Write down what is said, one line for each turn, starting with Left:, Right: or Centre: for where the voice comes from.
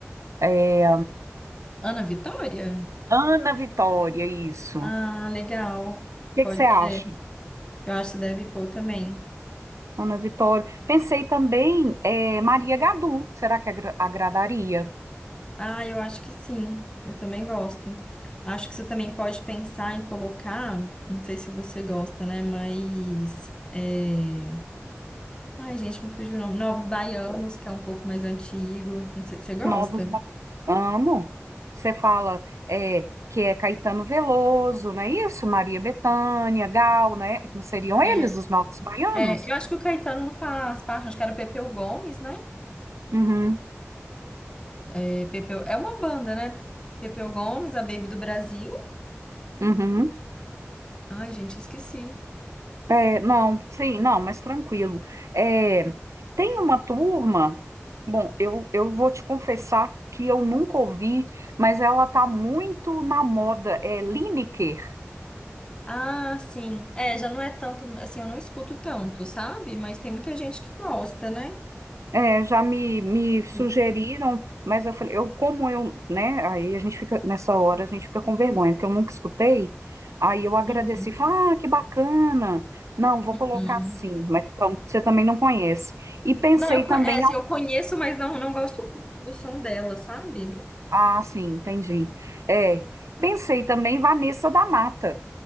Right: É,
Left: Ana Vitória?
Right: Ana Vitória, isso.
Left: Ah,
Right: O
Left: legal.
Right: que
Left: Pode,
Right: que você acha?
Left: é, eu acho que deve pôr também.
Right: Ana Vitória. Pensei também, é, Maria Gadu, será que agra- agradaria?
Left: Ah, eu acho que sim. Eu também gosto. Acho que você também pode pensar em colocar, não sei se você gosta, né? Mas é... Ai, gente, me fugiu o nome. Novos Baianos, que é um pouco mais antigo. Não sei, você gosta?
Right: Novos. ba- Amo. Você fala é, que é Caetano Veloso, não é isso? Maria Bethânia, Gal, né? Não seriam eles
Left: É,
Right: os novos baianos?
Left: é, eu acho que o Caetano não faz parte, acho que era Pepeu Gomes, né?
Right: Uhum,
Left: É. É, Pepeu, é uma banda, né? Pepeu Gomes, a Baby do Brasil.
Right: uhum.
Left: Ai, gente, esqueci.
Right: É, não, sim, não, mas tranquilo. É, tem uma turma, bom, eu, eu vou te confessar que eu nunca ouvi, mas ela tá muito na moda, é Lineker.
Left: Ah, sim. É, já não é tanto, assim, eu não escuto tanto, sabe? Mas tem muita gente que gosta, né?
Right: É, já me, me sugeriram,
Left: Sim.
Right: mas eu falei, eu como eu, né? Aí a gente fica, nessa hora a gente fica com vergonha, porque eu nunca escutei. Aí eu agradeci,
Left: Uhum.
Right: falei, ah, que bacana. Não, vou colocar
Left: Uhum.
Right: assim, mas então, você também não conhece. E pensei
Left: Não, eu, co-
Right: também,
Left: é, assim,
Right: ao-
Left: eu conheço, mas não, não gosto muito do som dela, sabe?
Right: ah, sim, entendi. É, pensei também em Vanessa da Mata,